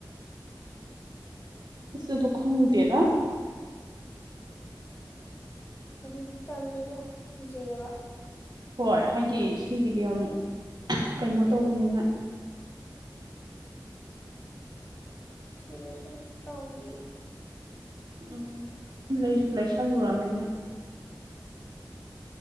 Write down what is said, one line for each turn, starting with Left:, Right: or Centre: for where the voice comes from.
Right: ꯏꯁ ꯑꯗꯨ ꯈꯪꯗꯦꯗ
Left: ꯑꯗꯨ ꯇꯜꯂꯤꯗ ꯀꯤꯖꯩꯑꯦꯕ
Right: ꯍꯣꯏ ꯍꯥꯏꯗꯤ ꯁꯤꯒꯤꯗꯤ ꯑꯃꯨꯛ ꯀꯩꯅꯣ ꯇꯧꯕꯅꯤꯅ
Left: ꯁꯤꯗꯁꯨꯝ ꯇꯧꯋꯤ
Right: ꯎꯝ ꯂꯩꯁꯨ ꯂꯩꯁꯟꯂꯨꯔꯝꯅꯤꯅꯥ